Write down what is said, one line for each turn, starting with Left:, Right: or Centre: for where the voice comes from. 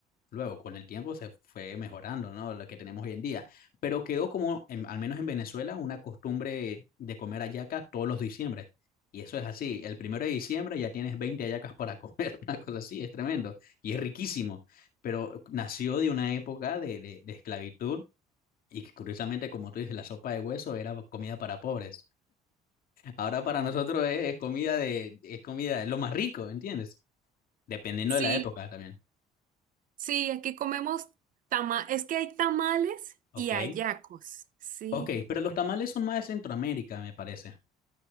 Left: Luego, con el tiempo se fue mejorando, ¿no? Lo que tenemos hoy en día. Pero quedó como, en- al menos en Venezuela, una costumbre de comer hallaca todos los diciembre. Y eso es así. El primero de diciembre ya tienes veinte hallacas para comer, <laughs> una cosa así, es tremendo. Y es riquísimo. Pero nació de una época de, de, de esclavitud y que curiosamente, como tú dices, la sopa de hueso era comida para pobres. Ahora para nosotros es, es comida de, es comida, es lo más rico, ¿entiendes? Dependiendo
Right: Sí,
Left: de la época también.
Right: sí, aquí comemos tama, es que hay tamales
Left: Ok.
Right: y hallacos, sí.
Left: Ok, pero los tamales son más de Centroamérica, me parece.